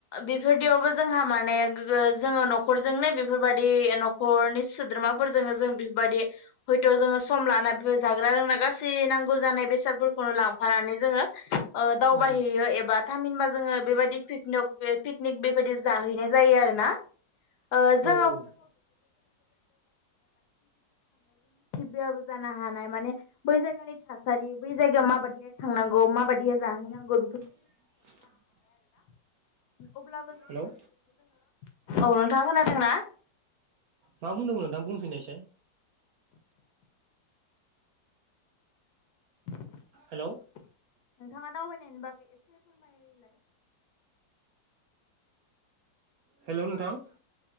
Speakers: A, on the left; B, on the right.
A: बेफोरदियावबो जोंहा मा माने गोगो जोङो नखरजोंनो बेफोरबदि नखरनि सोद्रोमाफोरजोंनो जों बिफोर बायदि हयत जोङो सम लाना बेफोर जाग्रा रोंग्रा गासै नांगौ जानाय बेसादफोरखौनो लांफानानै जोङो ओ दावबायहैयो
B: उम
A: एबा थामहिनबा जोङो बेबायदि पिकनक ओ पिकनिक बेबायदि जाहैनाय जायो आरोना ओ
B: औ औ
A: मिथिबायाबो <unintelligible> <unintelligible> जानो हानाय माने बै जायगानि थासारि बै जायगायाव माबायदिहाय थांनांगौ माबायदिहाय जाहैनांगौ बेफोरखौ हानाय
B: <inaudible>
A: आरो ना अब्लाबो <inaudible>
B: हेलौ
A: औ नोंथाङा खोनादोंना।
B: मा बुंदोंमोन नोंथां बुंफिननायसाय।
A: नोंथाङा
B: हेलौ
A: दावबायनायनि बागै एसे फोरमायलाय।
B: हेलौ नोंथां।